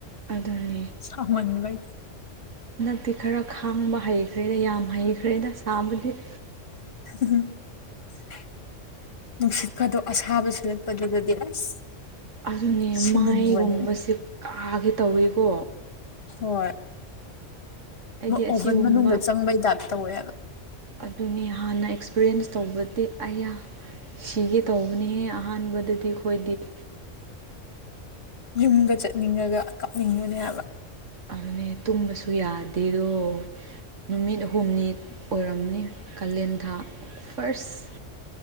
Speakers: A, on the right (about 75°); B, on the left (about 55°).
A: ꯑꯗꯨꯅꯦ
B: ꯁꯥꯃꯟꯕꯒꯤ
A: ꯍꯟꯗꯛꯇꯤ ꯈꯔ ꯈꯥꯡꯕ ꯍꯩꯈ꯭ꯔꯦꯗ ꯌꯥꯝ ꯍꯩꯈ꯭ꯔꯦꯗ ꯁꯥꯕꯨꯗꯤ
B: <unintelligible> ꯅꯨꯡꯁꯤꯠꯀꯗꯣ ꯑꯁꯥꯕꯁꯨ ꯅꯛꯄꯗꯨꯗꯗꯤ ꯑꯁ
A: ꯑꯗꯨꯅꯦ
B: ꯁꯤꯅꯤꯡꯕꯅꯦ
A: ꯃꯥꯏꯒꯨꯝꯕꯁꯦ ꯀꯥꯒꯦ ꯇꯧꯋꯦꯀꯣ
B: ꯍꯣꯏ
A: ꯑꯩꯗꯤ
B: ꯑꯣꯚꯟ
A: ꯑꯁꯤꯒꯨꯝꯕ
B: ꯃꯅꯨꯡꯗ ꯆꯪꯕꯩ ꯇꯞ ꯇꯧꯋꯦ ꯍꯥꯢꯕ
A: ꯑꯗꯨꯅꯤ ꯍꯥꯟꯅ ꯑꯦꯛꯁꯄꯤꯔꯤꯌꯦꯟꯁ ꯇꯧꯕꯗꯤ ꯑꯩꯅ ꯁꯤꯒ ꯇꯧꯕꯅꯤꯍꯦ ꯑꯍꯥꯟꯕꯗꯗꯤ ꯑꯩꯈꯣꯏꯗꯤ
B: ꯌꯨꯝꯒ ꯆꯠꯅꯤꯡꯉꯥꯒ ꯀꯥꯞꯅꯤꯡꯕꯅꯦ ꯍꯥꯏꯕ
A: ꯑꯗꯨꯅꯦ ꯇꯨꯝꯕꯁꯨ ꯌꯥꯗꯦꯗꯣ ꯅꯨꯃꯤꯠ ꯑꯍꯨꯝ ꯍꯨꯝꯅꯤ ꯑꯣꯏꯔꯝꯅꯤ ꯀꯥꯂꯦꯟꯊꯥ ꯐꯥꯔꯁ